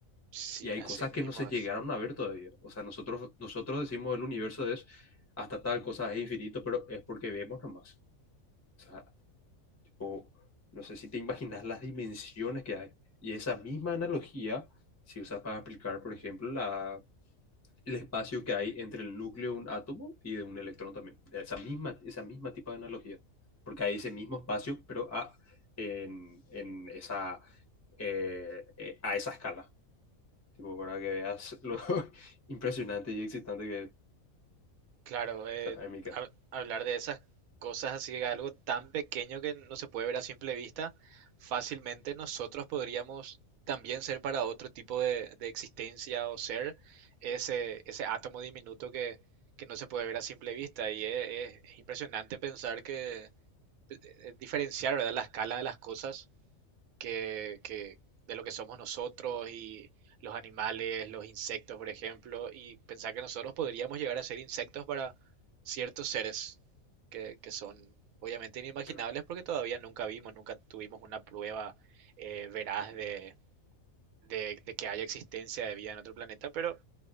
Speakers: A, on the right; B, on the left.
A: sí,
B: Y hay
A: así
B: cosas
A: mismo
B: que no se
A: es.
B: llegaron a ver todavía. O sea, nosotros, nosotros decimos el universo es hasta tal cosa es infinito, pero es porque vemos nomás. O sea, tipo, no sé si te imaginas las dimensiones que hay. Y esa misma analogía se usa para aplicar, por ejemplo, la el espacio que hay entre el núcleo de un átomo y de un electrón también. Esa misma, esa misma tipo de analogía. Porque hay ese mismo espacio, pero a, en, en esa, eh, eh, a esa escala. Tipo, para que veas lo <laughs> impresionante y excitante que es.
A: Claro, eh,
B: O sea, en mi caso,
A: hab- hablar de esas cosas así, de algo tan pequeño que no se puede ver a simple vista, fácilmente nosotros podríamos también ser para otro tipo de, de existencia o ser ese, ese átomo diminuto que, que no se puede ver a simple vista. Y es, es- es impresionante pensar que, eh, diferenciar, ¿verdad? la escala de las cosas que, que de lo que somos nosotros y los animales, los insectos, por ejemplo, y pensar que nosotros podríamos llegar a ser insectos para ciertos seres que, que son obviamente inimaginables
B: claro,
A: porque todavía nunca vimos, nunca tuvimos una prueba eh, veraz de, de- de que haya existencia de vida en otro planeta, pero